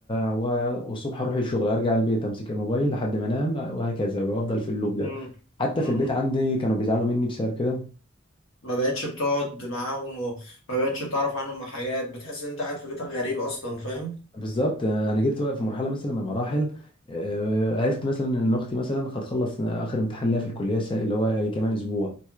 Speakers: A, on the left; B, on the left.
A: و- والصبح اروح الشغل ارجع البيت امسك الموبايل لحد ما انام وهكذا وافضل في اللوب ده
B: مم.
A: حتى
B: مم.
A: في البيت عندي كانوا بيزعلوا مني بسبب كده
B: ما بقتش بتقعد معاهم وما بقتش بتعرف عنهم حاجات بتحس ان انت قاعد في بيتك غريب اصلا فاهم
A: بالظبط انا جيت في مرحله مثلا من المراحل آه، عرفت مثلا ان اختي مثلا هتخلص اخر امتحان ليها في الكليه الس- اللي هو إيه، كمان اسبوع